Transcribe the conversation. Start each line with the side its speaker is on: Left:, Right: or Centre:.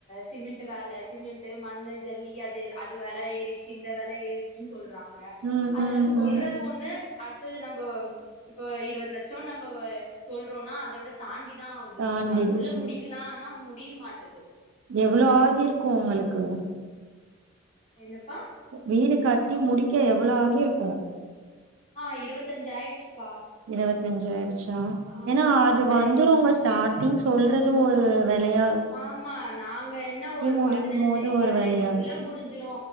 Left: சிமெண்ட் வேலை சிமெண்ட் மண்ணு ஜல்லிக்க அது அது வேல ஏறி சி இந்த விலை ஏறிடுச்சுன்னு சொல்றாங்க
Right: ம்
Left: அதனால
Right: ம்
Left: சொல்றது
Right: ம்
Left: ஒண்ணு அடுத்தது நம்ம இப்போ இருபது லட்சம் நம்ம சொல்றோம்னா அத விட தாண்டிதா ஆவுது
Right: தாண்டிடுச்சு
Left: அதுக்குள்ள முடிக்கலா ஆனா முடிய மாட்டேங்குது
Right: எவ்வளோ ஆகி இருக்கு உங்களுக்கு
Left: என்னப்பா
Right: வீடு கட்டி முடிக்க எவ்ளோ ஆகி இருக்கு
Left: ஆ இருபத்தஞ்சு ஆயிடுச்சுப்பா
Right: இருபத்தஞ்சு ஆயிடுச்சா
Left: ஆமா
Right: ஏன்னா அது
Left: அத
Right: வந்துருங்க ஸ்டார்டிங் சொல்றது ஒரு விலையா
Left: ஆமா நாங்க என்ன ஒரு
Right: முடிக்கும்
Left: பதினஞ்சு
Right: போது ஒரு
Left: பதினெட்டுக்குள்ள
Right: வெலையா இருக்கு
Left: முடிஞ்சிரு